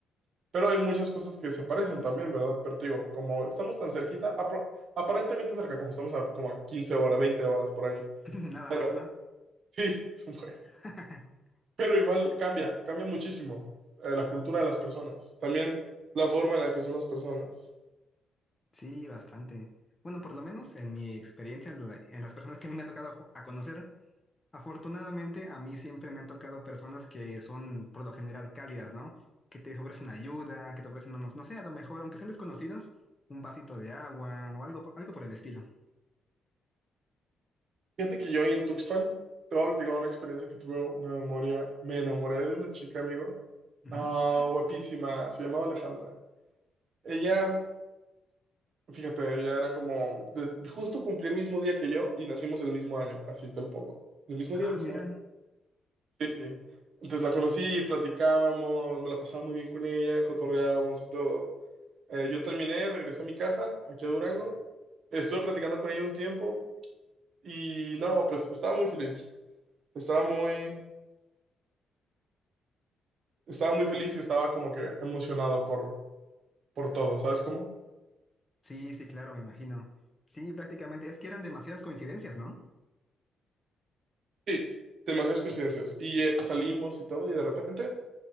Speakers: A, on the right (about 55°); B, on the left (about 20°).
A: Pero hay muchas cosas que se parecen también, ¿verdad? Pero te digo, como estamos tan cerquita, apro- aparentemente cerca, como estamos a como a 15 horas, 20 horas por ahí.
B: <laughs> Nada
A: Pero
B: más, ¿no?
A: <laughs> sí, es un buen.
B: <laughs>
A: Pero igual cambia, cambia muchísimo eh, la cultura de las personas. También la forma en la que son las personas.
B: Sí, bastante. Bueno, por lo menos en mi experiencia, en la- en las personas que a mí me ha tocado a conocer, Afortunadamente, a mí siempre me han tocado personas que son por lo general cálidas, ¿no? Que te ofrecen ayuda, que te ofrecen, no, no sé, a lo mejor, aunque sean desconocidos, un vasito de agua o algo, algo por el estilo.
A: Fíjate que yo ahí en Tuxpan, te voy a platicar una experiencia que tuve, una memoria. Me enamoré de una chica, amigo.
B: Ujú.
A: No, guapísima, se llamaba Alejandra. Ella, fíjate, ella era como, de- justo cumplí el mismo día que yo y nacimos el mismo año, así te lo pongo. El mismo
B: Ah,
A: día, mismo
B: mira.
A: año. Sí, sí. Entonces la conocí, platicábamos, me la pasaba muy bien con ella, cotorreábamos y todo. Eh, yo terminé, regresé a mi casa, aquí a Durango. Estuve platicando con ella un tiempo y no, pues estaba muy feliz. Estaba muy, estaba muy feliz y estaba como que emocionado por, por todo, ¿sabes cómo?
B: Sí, sí, claro, me imagino. Sí, prácticamente. Es que eran demasiadas coincidencias, ¿no?
A: Sí, demasiadas coincidencias. Y eh, salimos y todo, y de repente